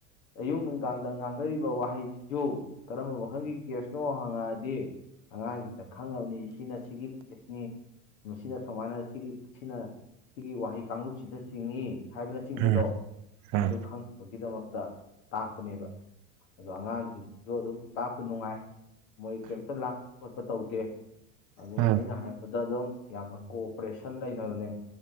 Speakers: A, on the left (about 65°); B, on the right (about 40°).
A: ꯑꯌꯨꯛ ꯅꯨꯡꯗꯥꯡꯗ ꯉꯥꯡꯅꯔꯤꯕ ꯋꯥꯍꯩꯁꯤꯁꯨ ꯀꯔꯝꯕ ꯃꯈꯜꯒꯤ ꯀꯦꯁꯅꯣ ꯍꯪꯉꯛꯑꯗꯤ ꯑꯉꯥꯡꯁꯤꯡꯗ ꯈꯪꯅꯕꯅꯤ ꯁꯤꯅ ꯁꯤꯒꯤ ꯀꯦꯁꯅꯤ ꯃꯁꯤꯅ ꯁꯨꯃꯥꯏꯅ ꯁꯤꯒꯤ ꯁꯤꯅ ꯁꯤꯒꯤ ꯋꯥꯍꯩ ꯀꯥꯡꯂꯨꯞꯁꯤꯗ ꯆꯤꯡꯉꯤ ꯍꯥꯏꯕꯅꯆꯤꯡꯕꯗꯣ
B: ꯎꯝ ꯎꯝ
A: ꯃꯗꯨ ꯈꯪꯅꯕꯒꯤꯗꯃꯛꯇ ꯇꯥꯛꯄꯅꯦꯕ ꯑꯗꯣ ꯑꯉꯥꯡꯁꯤꯡꯁꯤꯁꯨ ꯑꯗꯨꯝ ꯇꯥꯛꯄ ꯅꯨꯡꯉꯥꯏ ꯃꯣꯏ ꯀꯩꯝꯇ ꯂꯥꯡ ꯈꯣꯠꯄ ꯇꯧꯗꯦ ꯑꯗꯨꯒ
B: ꯎꯝ
A: ꯑꯩꯅ ꯍꯥꯏꯕꯗ ꯑꯗꯨꯝ ꯌꯥꯝꯅ ꯀꯣꯑꯣꯄꯔꯦꯁꯟ ꯂꯩꯅꯕꯅꯦ